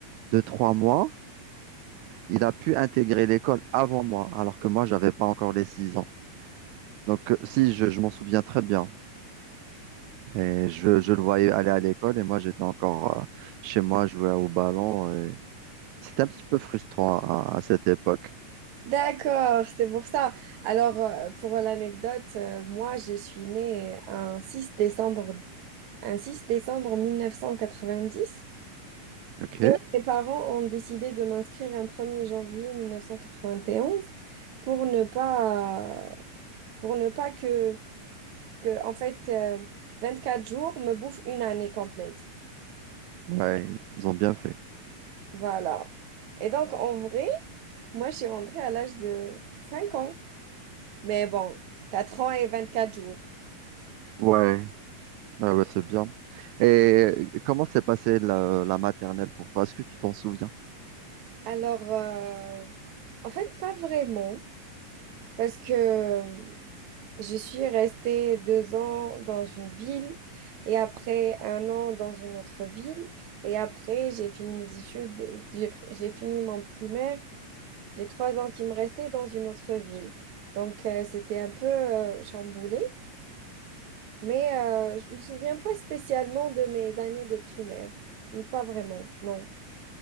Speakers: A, on the right; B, on the right.
A: deux trois mois, il a pu intégrer l'école avant moi, alors que moi, j'avais pas encore les 6 ans. Donc, euh, si, je, je m'en souviens très bien. Et je, je le voyais aller à l'école et moi, j'étais encore euh, chez moi, jouer au ballon. et C'était un petit peu frustrant à à cette époque.
B: D'accord, c'est pour ça. Alors, euh, pour l'anecdote, euh, moi, je suis née un six décembre, un 6 décembre 1990,
A: OK.
B: mais mes parents ont décidé de m'inscrire un 1er janvier 1991 pour ne pas, pour ne pas que, que en fait, euh, 24 jours me bouffent une année complète.
A: Ouais, ils ont bien fait.
B: Voilà. Et donc, en vrai, moi, je suis rentrée à l'âge de 5 ans, mais bon, 4 ans et 24 jours.
A: Ouais, ouais, ouais, c'est bien. Et comment s'est passée la, la maternelle pour toi? Est-ce que tu t'en souviens?
B: Alors, euh, en fait, pas vraiment, parce que euh, je suis restée deux ans dans une ville et après un an dans une autre ville et après j'ai fini mes études, j'ai, fri- j'ai fini mon primaire, les trois ans qui me restaient dans une autre ville. Donc, euh, c'était un peu euh, chamboulé, mais euh, je me souviens pas spécialement de mes années de primaire. Pas vraiment, non.